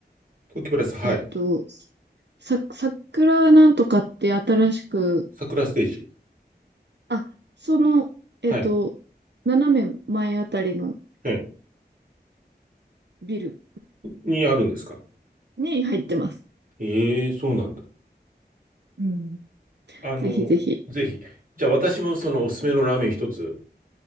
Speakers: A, on the right; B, on the right.
A: 東京プラス、はい。
B: えーっと、さ、桜なんとかって新しく、
A: 桜ステージ。
B: あ、その、えーっと、
A: はい。
B: 斜め前あたりの
A: はい。
B: ビル
A: にあるんですか
B: に入ってます。
A: ええ、そうなんだ。
B: うん。
A: あの、
B: ぜひぜひ。
A: ぜひ。じゃあ私もそのおすすめのラーメン一つ、